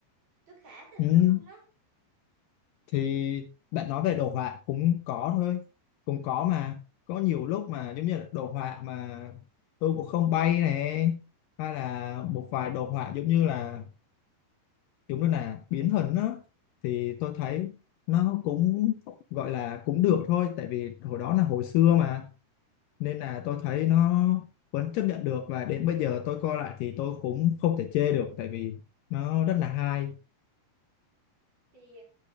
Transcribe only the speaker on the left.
ừ.
thì bạn nói về đồ họa cũng có thôi cũng có mà có nhiều lúc mà giống như là đồ họa mà tôi cũng không bay này, hay là một vài đồ họa giống như là giống như là biến hình đó thì tôi thấy nó cũng gọi là cũng được thôi tại vì hồi đó là hồi xưa mà nên là tôi thấy nó vẫn chấp nhận được và đến bây giờ tôi coi lại thì tôi cũng không thể chê được tại vì nó rất là hay